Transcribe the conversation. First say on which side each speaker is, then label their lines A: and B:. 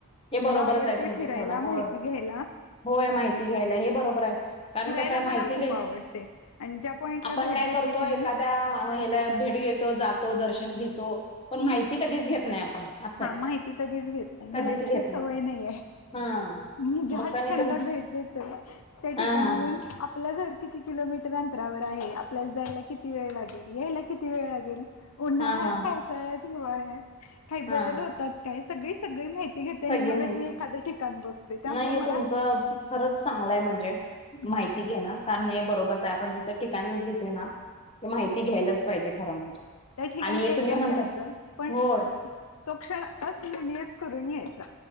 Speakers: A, on the left; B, on the left.
A: हे
B: मला
A: बरोबरच
B: आवडते
A: आहे तुमचं
B: फिरायला,
A: सोडा होय
B: माहिती घ्यायला.
A: होय माहिती घ्यायला, हे बरोबर हाय. कारण
B: फिरायला
A: कस हाय
B: मला
A: माहिती
B: खूप
A: घ्यायच,
B: आवडते आणि ज्या पॉइंटला
A: आपण
B: भेट
A: काय
B: देतोय
A: करतो
B: की नाही
A: एखाद्या ह्याला
B: हा
A: भेट घेत जातो दर्शन घेतो, पण
B: हम्म
A: माहिती कधीच घेत नाही आपण. असं
B: हा
A: आहे
B: माहिती कधीच घेत नाही, मला
A: कधीच
B: तशी
A: घेत
B: सवय नाही हाय.
A: हा
B: मी ज्या
A: मग आणि
B: ठिकाणाला
A: ते मा-
B: भेट देतोय त्या ठिकाणाहून,
A: हा हा हा
B: आपलं घर किती किलोमीटर अंतरावर आहे. आपल्याला जायला किती वेळ लागेल, यायला किती वेळ लागेल? उन्हाळ्यात,
A: हा हा
B: पावसाळ्यात, हिवाळ्यात काही
A: हा
B: बदल
A: हा
B: होतात. काय सगळी सगळी माहिती घेते आणि
A: सगळी
B: मगच
A: माहिती
B: मी एखादं ठिकाण बघतोय, त्यामुळे
A: नाही हे
B: मला
A: तुमचं खरंच चांगलाय म्हणजे
B: हम्म
A: माहिती घेण कारन हे बरोबर जात पण जिथं ठिकाण घेतय ना, ते माहिती घ्यायलाच पाहिजे खरं म्हणजे.
B: त्या ठिकाणी
A: आणि हे
B: एकदाच
A: तुम्ही म्हणताय
B: जायचं, पण
A: होय
B: तो क्षण अस्मरणीयच करून यायचा.